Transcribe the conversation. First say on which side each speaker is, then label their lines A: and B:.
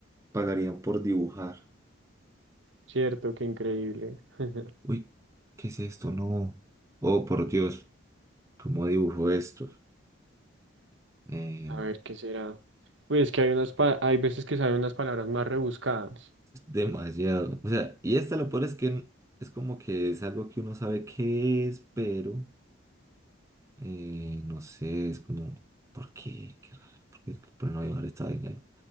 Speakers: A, on the right; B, on the right.
A: pagarían por dibujar?
B: cierto, qué increíble. <laughs>
A: Uy, ¿qué es esto? No. Oh, por Dios, ¿cómo dibujo esto? Em,
B: A ver, ¿qué será? Uy, es que hay unas, pa- hay veces que salen unas palabras más rebuscadas.
A: Demasiado. O sea, y esta lo peor es que es como que es algo que uno sabe qué es, pero eh, no sé, es como, ¿por qué? Qué raro, ¿por qué es que le ponen llevar esta vaina? <laughs>